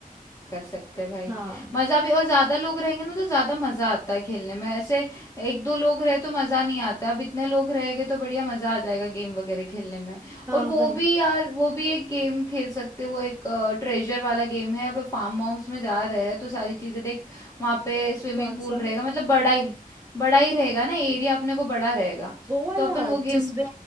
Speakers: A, on the left; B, on the right.
A: कर सकते हैं भाई
B: हाँ
A: मजा भी और ज्यादा लोग रहेंगे ना तो ज्यादा मजा आता है खेलने में ऐसे एक दो लोग रहे तो मजा नहीं आता अब इतने लोग रहेंगे तो बढ़िया मजा आ जाएगा गेम वगैरह खेलने में
B: हाँ
A: और
B: वही
A: वो भी यार वो भी एक गेम खेल सकते हैं, वो एक ट्रेजर वाला गेम है अब फार्म हाउस में जा रहे हैं तो सारी चीजें देख वहां पे स्विमिंग
B: कौन
A: पूल
B: सा
A: रहेगा मतलब बड़ा ही बड़ा ही रहेगा ना एरिया अपने को बड़ा रहेगा
B: वो वाला
A: तो अपन वो गेम
B: जिसमें